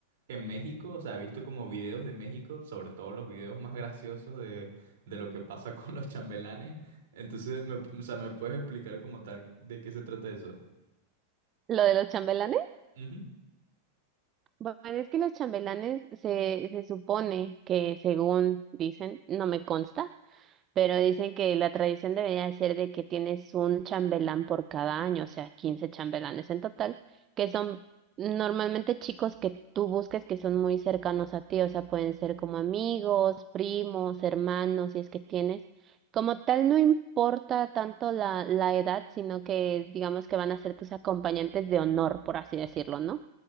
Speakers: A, on the right; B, on the right.
A: en México, o sea, he visto como videos de México, sobre todo los videos más graciosos de, de lo que pasa <laughs> con los chambelanes. Entonces, me- o sea, ¿me puedes explicar como tal de qué se trata eso?
B: Lo de los chambelanes,
A: Ujú.
B: bueno, es que los chambelanes se, se supone que según dicen, no me consta, Pero dicen que la tradición debería ser de que tienes un chambelán por cada año, o sea, 15 chambelanes en total, que son normalmente chicos que tú busques que son muy cercanos a ti, o sea, pueden ser como amigos, primos, hermanos, si es que tienes. Como tal, no importa tanto la, la edad, sino que digamos que van a ser tus acompañantes de honor, por así decirlo, ¿no?